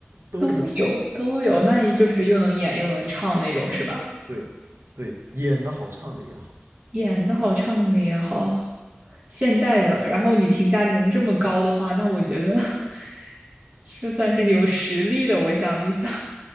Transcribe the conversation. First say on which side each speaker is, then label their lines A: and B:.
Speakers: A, on the right; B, on the right.
A: 都有，
B: 都有，都有，那也就是又能演又能唱那种，是吧？
A: 对，对，演的好，唱的也好，
B: 演的好，唱的也好，现代的，然后你评价能这么高的话，那我觉得 <laughs> 这算是有实力的。我想一想，